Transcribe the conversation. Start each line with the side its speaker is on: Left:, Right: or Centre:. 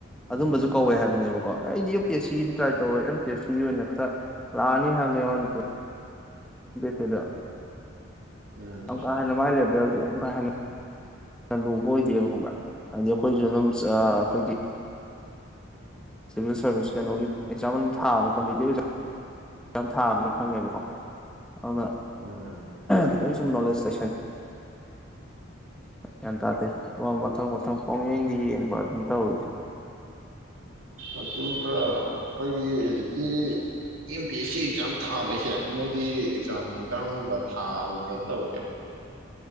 Right: ꯎꯝ
Centre: ꯑꯗꯨꯝꯕꯁꯨ ꯀꯧꯋꯦ ꯍꯥꯏꯕꯅꯦꯕꯀꯣ ꯑꯩꯗꯤ ꯌꯞ ꯄꯦ ꯁꯤꯗꯤ ꯇ꯭ꯔꯥꯏ ꯇꯧꯔ ꯑꯦꯝ ꯄꯤ ꯑꯦꯁ ꯁꯤꯒꯤ ꯑꯣꯏꯅ ꯈꯔ ꯂꯥꯛꯑꯅꯤ ꯍꯥꯏꯔꯅꯤꯅꯤ ꯁꯤꯗ
Right: ꯎꯝ
Centre: ꯌꯥꯝ ꯀꯥ ꯍꯦꯟꯅ ꯃꯥꯏ ꯂꯦꯚꯦꯜꯒꯤ ꯌꯥꯝ ꯀꯥ ꯍꯦꯟꯅ ꯂꯨꯕ ꯑꯣꯏꯗꯦꯕ ꯈꯪꯕ꯭ꯔꯥ ꯍꯥꯏꯗꯤ ꯑꯩꯈꯣꯏꯁꯨ ꯑꯗꯨꯝ ꯑꯩꯈꯣꯏꯒꯤ ꯁꯤꯚꯤꯜ ꯁꯥꯔꯚꯤꯁ ꯀꯩꯅꯣꯒꯤ ꯑꯦꯛꯖꯥꯝ ꯑꯗꯨꯝ ꯊꯥꯕ ꯀꯝꯄꯤꯇꯤꯤꯚ ꯑꯦꯝ ꯈꯤ ꯊꯥꯕꯅ ꯈꯪꯉꯦꯕꯀꯣ ꯑꯗꯨꯅ
Right: ꯎꯝ
Centre: ꯈꯤꯇꯪ ꯁ ꯅꯣꯂꯦꯖꯦ ꯒ꯭ꯌꯥꯟ ꯇꯥꯗꯦ ꯑꯃ ꯃꯊꯪ ꯃꯊꯪ ꯄꯣꯡꯌꯦꯡꯗꯤ ꯌꯦꯡꯕ ꯑꯗꯨꯝ ꯇꯧꯔꯤꯁꯦ
Right: ꯑꯗꯨꯒ ꯑꯩꯈꯣꯏꯒꯤ ꯍꯧꯖꯤꯛꯀꯤ M P S C exam ꯊꯥꯕ ꯍꯥꯏꯁꯦ ꯃꯣꯏꯗꯤ ꯑꯦꯛꯖꯥꯝꯁꯦ ꯀꯔꯝꯕ ꯊꯥꯒꯨꯝꯕꯗ ꯇꯧꯒꯦ